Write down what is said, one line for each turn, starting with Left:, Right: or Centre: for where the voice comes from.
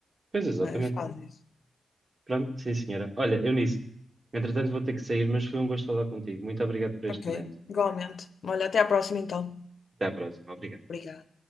Right: pois exatamente.
Left: não É, faz isso.
Right: Pronto, sim, senhora. Olha, Eunice, entretanto vou ter que sair, mas foi um gosto falar contigo. Muito obrigado por
Left: Ok,
Right: este momento.
Left: igualmente. Olha, até à próxima então.
Right: Até à próxima. Obrigado.
Left: Obrigada.